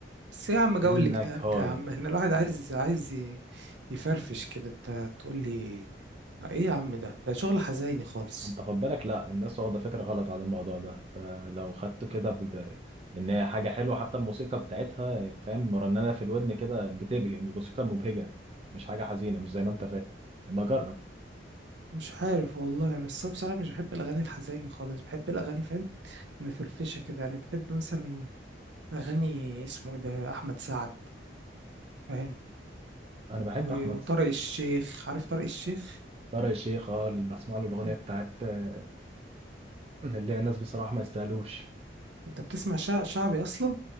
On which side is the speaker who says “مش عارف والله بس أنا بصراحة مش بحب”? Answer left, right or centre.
Right